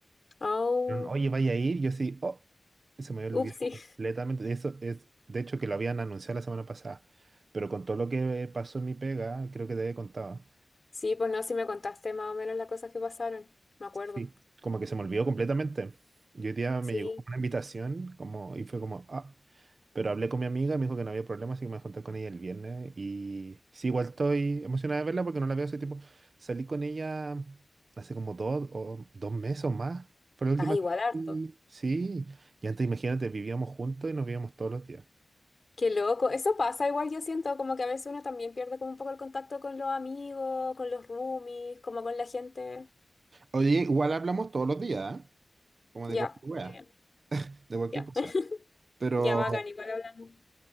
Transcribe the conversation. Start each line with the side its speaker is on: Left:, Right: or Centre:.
Left: Au,
Right: Dijeron, Oye, vaya a ir. Yo sí, oh, se me había
Left: upsi
Right: olvidado completamente. De eso es, de hecho, que lo habían anunciado la semana pasada. Pero con todo lo que pasó en mi pega, creo que te había contado.
Left: Sí, pues no, si me contaste más o menos las cosas que pasaron, me acuerdo.
Right: Sí, como que se me olvidó completamente. Y hoy día
Left: Sí.
Right: me llegó como una invitación como, y fue como, ah, pero hablé con mi amiga, me dijo que no había problema, así que me junté con ella el viernes. Y sí, igual estoy emocionada de verla porque no la veo hace tiempo. Salí con ella hace como dos o dos meses o más. Fue la última.
Left: Ah, igual
Right: vez que-
Left: harto.
Right: salí. Sí, y antes imagínate, vivíamos juntos y nos veíamos todos los días.
Left: Qué loco, eso pasa, igual yo siento como que a veces uno también pierde como un poco el contacto con los amigos, con los roomies, como con la gente.
Right: Oye, igual hablamos todos los días, ¿eh? Como
Left: Ya,
Right: de cualquier wea,
Left: muy bien,
Right: de cualquier
Left: ya,
Right: cosa.
Left: <laughs>
Right: Pero
Left: ya bacán, igual hablan.